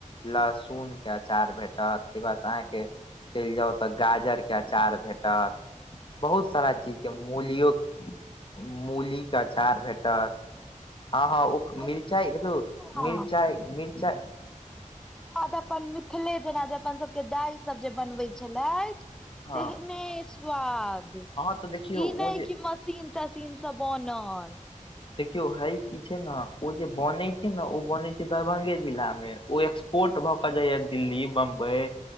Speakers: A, on the left (about 40°); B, in the centre.
A: लहसुन के अचार अचार भेटत तहिके बाद से अहाके चलि जाउ त गाजर के अचार भेटत। बहुत सारा चीजके मूलियो मूलीके अचार भेटत। ह ह ओ
B: आर
A: मिरचाय
B: सुनू
A: देखियौ
B: न बौआ
A: मिरचाय मिरचाय
B: ह त अपन मिथिले जेना जे अपन सबके दाय सब जे बनबै छेलैथ।
A: हँ
B: तेहनेे स्वाद ई
A: हँ तऽ देखियौ
B: नहि
A: ओ जे
B: कि मस सीन तसीनस बनल।
A: देखियौ हे की छै न ओ जे बनैय छैय न ओ बनयै छैय। दरभंगे जिलाम ओ एक्सपोर्ट भ क जाइय दिल्ली बंबई